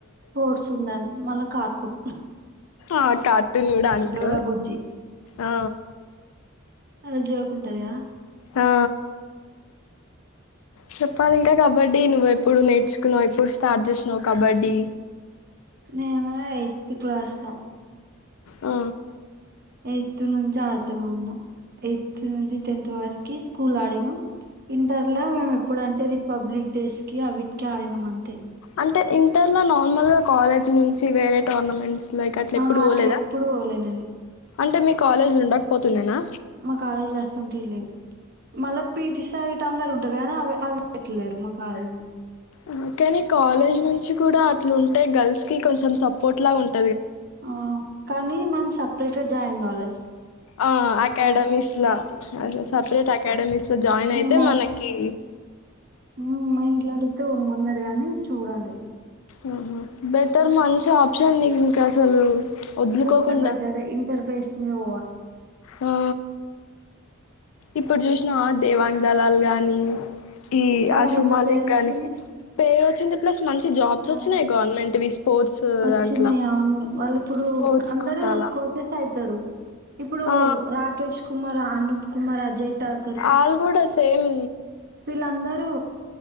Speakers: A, on the right; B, on the left.
A: పోడ్చున్నాను మళ్ళా కార్టూన్
B: ఆ కార్టూన్ కూడా అనుకో
A: డోడా బుజ్జి
B: ఆ
A: అలా జాకుంటాది కదా
B: హా చెప్పాలి ఇంకా కబడ్డీ నువ్వు ఎప్పుడు నేర్చుకున్నావు ఎప్పుడు స్టార్ట్ చేసినావు్ కబడ్డీ
A: నేను ఎయిత్ క్లాస్ లో
B: ఆ
A: ఎయిత్ నుంచి ఆడుతూనే ఉన్నాం ఎయిత్ నుంచి టెన్త్ వరకి స్కూల్ ఆడినాం ఇంటర్ లో మేము ఎప్పుడంటే రిపబ్లిక్ డేస్ కి అవిటికి ఆడినాం అంతే
B: అంటే ఇంటర్లో నార్మల్గా కాలేజీ నుంచి వేరే టోర్నమెంట్స్ లైక్
A: ఆ
B: ఎప్పుడు పోలేదా
A: అట్లా ఎప్పుడుూ పోలే నేను
B: అంటే మీ కాలేజ్ ఉండకపోతున్నానా
A: మా కాలేజ్ లో అట్లాంటివి లేవు మళ్ళా పీటీసారి ఇట్ అందరుూ ఉంటారు కానీ అవి అవి వట్లరు మా కాలేజ్
B: ఆహా కానీ కాలేజ్ నుంచి కూడా అట్లుంటే గర్ల్స్ కి కొంచెం సపోర్ట్ లా ఉంటు
A: ఆ కానీ మనం సపరేట్ గా జాయిన్ కావాలా
B: ఆ అకాడమీస్ అ సపరేట్ అకాడమీస్ లో జాయిన్ అయితే
A: మా
B: మనకి
A: ఉమ్ మా ఇంట్లో అడిగితే పోమనారు కాని చూడాలి
B: ఆహ బెటర్ మంచి ఆప్షన్ నీ ఇంకా అసలు వదులుకోకుండా
A: పోతే బెటర్ ఇంటర్ బెస్ట్ ని అ
B: ఆ ఇప్పుడు చూసినా దేవాంగ దళాలు గాని ఈ
A: వాళ్ళకి
B: అశు
A: ఎంత
B: మాలిక్
A: పేరు వచ్చింది
B: గాని పేరు వచ్చింది ప్లస్ మంచి జాబ్స్
A: ఆ
B: వచ్చినాయి గవర్నమెంట్వి స్పోర్ట్స్
A: వచ్చినాయి
B: దాంట్లో
A: అవును వాళ్ళు ఇప్పుడు
B: స్పోర్ట్స్
A: అందరు
B: కోటాల
A: కోచెస్ అయితారు ఇప్పుడు
B: ఆ
A: రాకేష్ కుమార్ అనూప్ కుమార్ అజయ్ ఠాకూర్
B: ఆల్గూడోస్ సేమ్
A: వీళ్ళందరూ